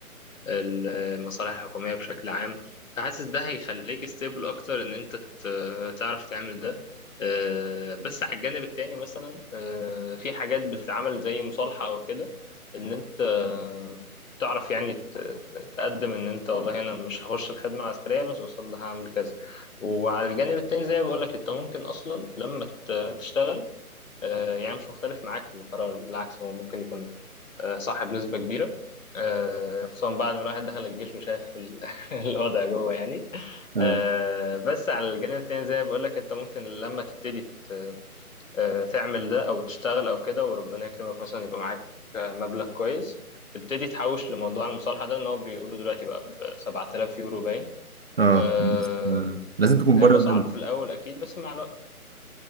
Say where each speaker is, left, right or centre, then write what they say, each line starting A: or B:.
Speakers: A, on the left (about 60°); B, on the right (about 45°).
A: ال- المصالح الحكومية بشكل عام فحاسس ده هيخليك ستيبل أكتر إن أنت ت- تعرف تعمل ده آه، بس على الجانب التاني مثلا آه، في حاجات بتتعمل زي مصالحة أو كده إن أنت آه، تعرف يعني ت- ت- تقدم ان انت والله انا مش هخش الخدمه العسكريه بس قصاد ده هعمل كذا وعلى الجانب التاني زي ما بقول لك انت ممكن اصلا لما ت- تشتغل آه، يعني مش مختلف معاك في القرار بالعكس هو ممكن يكون آه، صح بنسبة كبيرة آه، خصوصا بعد ما الواحد دخل الجيش وشاف ال- <laughs> الوضع جوه يعني
B: اه
A: آه، بس على الجانب التاني زي ما بقول لك انت ممكن لما تبتدي ت- آه، تعمل ده او تشتغل او كده وربنا يكرمك مثلا يبقى معاك آه، مبلغ كويس تبتدي تحوش لموضوع المصالحة ده ان هو بيقولوا دلوقتي بقى ب 7000 يورو باين
B: اه
A: آه،
B: بس آه، لازم تكون
A: هيبقى
B: بره البلد
A: صعب في الاول اكيد بس مع الوقت